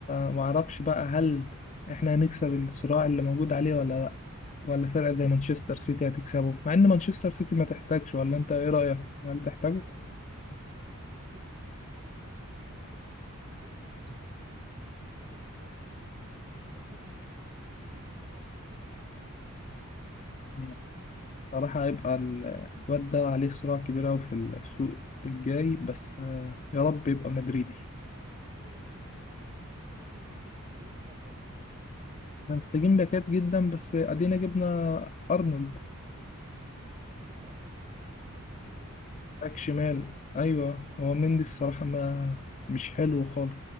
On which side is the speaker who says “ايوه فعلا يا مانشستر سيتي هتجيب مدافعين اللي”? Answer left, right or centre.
Right